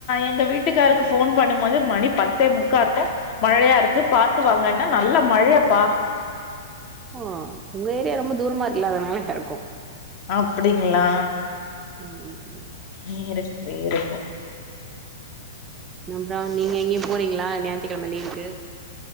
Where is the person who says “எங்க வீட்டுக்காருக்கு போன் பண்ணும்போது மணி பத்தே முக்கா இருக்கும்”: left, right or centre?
Left